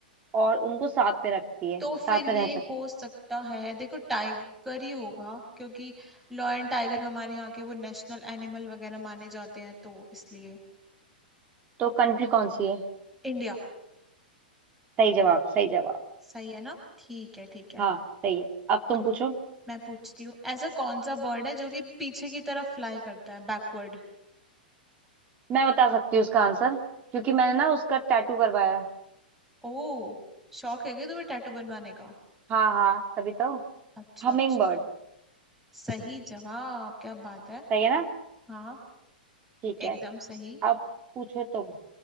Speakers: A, on the right; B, in the centre.
A: और उनको साथ में रखती है
B: तो
A: साथ
B: फिर ये
A: में रह सकते
B: हो
A: हैं
B: सकता है देखो टाइगर ही होगा क्योंकि लॉयन टाइगर हमारे यहाँ के वो नेशनल एनिमल वगैरह माने जाते हैं तो इसलिए
A: तो कंट्री कौन सी है
B: इंडिया
A: सही जवाब सही जवाब
B: सही है ना ठीक है ठीक है
A: हाँ सही है अब तुम
B: आ-
A: पूछो
B: मैं पूछती हूँ ऐसा कौन सा बर्ड है जो कि पीछे की तरफ फ्लाई करता है बैकवर्ड
A: मैं बता सकती हूँ उसका आंसर क्योंकि मैंने ना उसका टैटू करवाया है
B: ओ शौक है क्या तुम्हें टैटू बनवाने का
A: हाँ हाँ तभी तो
B: अच्छा
A: Humming
B: अच्छा
A: bird
B: सही जवाब क्या बात है
A: सही है ना
B: हाँ
A: ठीक
B: एकदम
A: है
B: सही
A: अब पूछो तुम